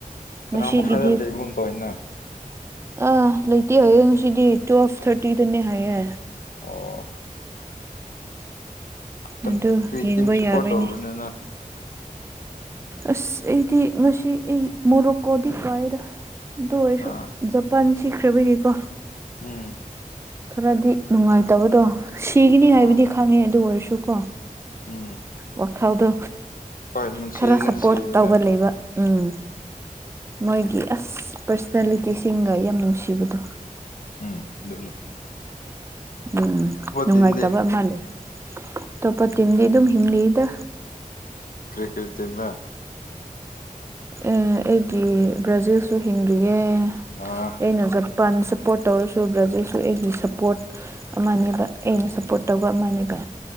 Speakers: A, on the left (about 70°); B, on the right (about 20°).
A: ꯇꯔꯥ
B: ꯉꯁꯤꯒꯤꯗꯤ
A: ꯃꯈꯥꯏꯗ ꯂꯩꯕꯒꯨꯝ ꯇꯧꯏꯅꯥ
B: ꯑꯥ ꯂꯩꯇꯦ ꯍꯥꯏꯌꯦ ꯉꯁꯤꯗꯤ ꯇꯨꯋꯦꯜꯐ ꯊꯥꯔꯇꯤꯗꯅꯦ ꯍꯥꯏꯌꯦ
A: ꯑꯣ ꯇꯝ
B: ꯑꯗꯨ
A: ꯀ꯭ꯔꯤ
B: ꯌꯦꯡꯕ
A: ꯇꯤꯝ
B: ꯌꯥꯔꯣꯏꯅꯦ
A: ꯁꯞꯄꯣꯔꯠ ꯇꯧꯔꯤꯅꯣ ꯅꯪ
B: ꯑꯁ ꯑꯩꯗꯤ ꯉꯁꯤ ꯑꯩ ꯃꯣꯔꯣꯀꯣꯗꯤ ꯀꯥꯏꯌꯦꯗꯥ ꯑꯗꯨ ꯑꯣꯏꯁꯨ
A: ꯑꯥ
B: ꯖꯄꯥꯟ ꯁꯤꯈ꯭ꯔꯕꯒꯤꯀꯣ
A: ꯎꯝ
B: ꯈꯔꯗꯤ ꯅꯨꯡꯉꯥꯏꯇꯕꯗꯣ ꯁꯤꯒꯤꯅꯤ
A: ꯑꯣ
B: ꯍꯥꯏꯕꯗꯤ ꯈꯪꯉꯦ ꯑꯗꯨ ꯑꯣꯏꯔꯁꯨ ꯀꯣ
A: ꯎꯝ
B: ꯋꯥꯈꯜꯗꯣ
A: ꯍꯣꯏ ꯅꯨꯡꯁꯤ
B: ꯈꯔ
A: ꯅꯨꯡꯁꯤꯕꯅꯦ
B: ꯁꯞꯄꯣꯔꯠ ꯇꯧꯕ ꯂꯩ ꯕ ꯎꯝ ꯃꯣꯏꯒꯤ ꯑꯁ ꯄꯔꯁꯣꯅꯦꯂꯤꯇꯤꯁꯤꯡꯒ ꯌꯥꯝ ꯅꯨꯡꯁꯤꯕꯗꯣ
A: ꯎꯝ ꯗꯨꯗꯨ
B: ꯎꯝ ꯅꯨꯡꯉꯥꯏꯇꯕ
A: ꯇꯤꯝꯗꯤ
B: ꯃꯥ ꯂꯩ ꯑꯇꯣꯞꯄ ꯇꯤꯝꯗꯤ ꯑꯗꯨꯝ ꯍꯤꯡꯂꯤꯗꯥ
A: ꯀ꯭ꯔꯤ ꯀ꯭ꯔꯤ ꯇꯤꯝꯔꯥ
B: ꯑꯦ ꯑꯩꯒꯤ ꯕ꯭ꯔꯥꯖꯤꯜꯁꯨ ꯍꯤꯡꯗ꯭ꯔꯤꯌꯦ꯫
A: ꯑꯥ꯫
B: ꯑꯩꯅ ꯖꯄꯥꯟ ꯁꯞꯄꯣꯔꯠ ꯇꯧꯔꯁꯨ ꯕ꯭ꯔꯥꯖꯤꯜꯁꯨ ꯑꯩꯒꯤ ꯁꯄꯣꯔꯠ ꯑꯃꯅꯦꯕ ꯑꯩꯅ ꯁꯞꯄꯣꯔꯠ ꯇꯧꯕ ꯑꯃꯅꯦꯕ꯫